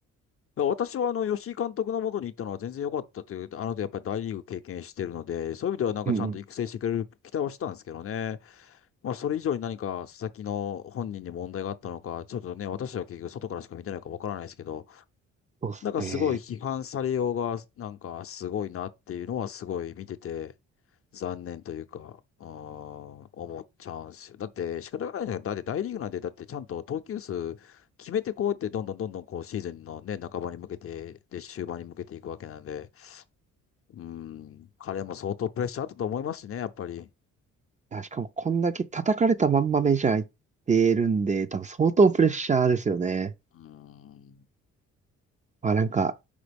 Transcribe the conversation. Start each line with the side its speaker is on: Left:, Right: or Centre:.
Left: だから私はあの、吉井監督のもとに行ったのは全然良かったという、あの後やっぱり大リーグ経験してるので、そういう意味ではなんかちゃんと育成してくれる期待はしたんですけどね。
Right: うんうん。
Left: まあ、それ以上に何か佐々木の本人に問題があったのか、ちょっとね、私は結局外からしか見てないからわからないですけど、
Right: そうですね。
Left: だからすごい批判されようが、なんかすごいなっていうのはすごい見てて、残念というか、うーん、思っちゃうんですよ。だって仕方がないじゃないだって大リーグなんて、だってちゃんと投球数決めてこうやってどんどんどんどんこうシーズンのね、半ばに向けて、で、終盤に向けていくわけなんで、うーん、彼も相当プレッシャーあったと思いますしね、やっぱり。
Right: いやしかもこんだけ叩かれたまんまメジャー行ってるんで、多分相当プレッシャーですよね。
Left: うーん、
Right: まあなんか、